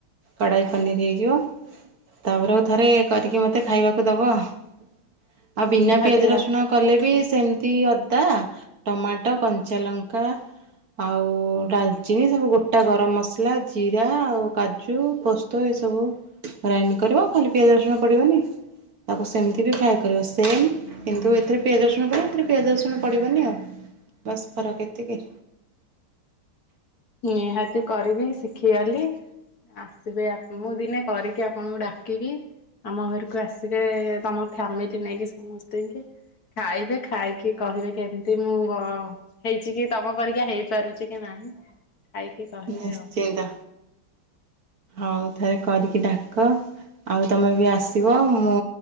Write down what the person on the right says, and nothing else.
କଢ଼ାଇ ପନିର୍ ହେଇଯିବ। ତାପରେ ଆଉ ଥରେ କରିକି ମୋତେ ଖାଇବାକୁ ଦେବ। ଆଉ ବିନା
ପିଆଜ
ରସୁଣ କଲେ ବି ସେମିତି ଅଦା, ଟମାଟୋ, କଞ୍ଚାଲଙ୍କା ଆଉ ଡାଲଚିନି ସବୁ ଗୋଟା ଗରମ ମସଲା ଜିରା ଆଉ କାଜୁ ପୋ ସ୍ତ ଏସବୁ ଗ୍ରାଇଣ୍ଡ କରିବ ଖାଲି ପିଆଜ ରସୁଣ ପଡ଼ିବନି। ତାକୁ ସେମିତି ବି ଫ୍ରାଏ କରିବ ସେମ୍ କିନ୍ତୁ, ଏଥିରେ ପିଆଜ ରଷୁଣ ପଡ଼ିବ ଏଥିରେ ପିଆଜ ରଷୁଣ ପଡ଼ିବନି ଆଉ। ବାସ୍ ଫରକ ଏତିକି।
ନିଶ୍ଚିନ୍ତ।
ଆଉ ଥରେ କରିକି ଡାକ। ଆଉ ତମେ ବି ଆସିବ। ମୁଁ